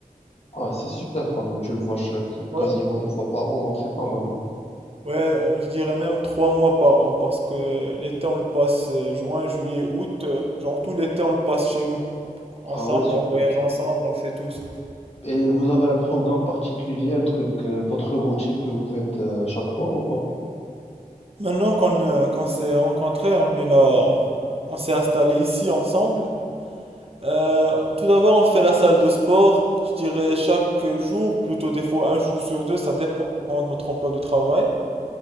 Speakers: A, on the left; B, on the right.
A: Ah, c'est super quand même, tu le vois chaque,
B: Ouais.
A: quasiment une fois par an, donc c'est pas mal.
B: Ouais, je dirais même trois mois par an, parce que l'été, on le passe euh, juin, juillet, août, euh, genre tout l'été, on le passe chez nous. Ensemble,
A: Ah ouais, super.
B: on voyage ensemble, on fait tous.
A: Et vous avez un programme particulier, un truc, euh, votre routine que vous faites euh, chaque fois ou pas?
B: Maintenant qu'on euh, qu'on s'est rencontrés, on est là, on s'est installés ici ensemble. Euh, tout d'abord, on fait la salle de sport, je dirais chaque jour, plutôt des fois un jour sur deux, ça dépend de notre emploi de travail.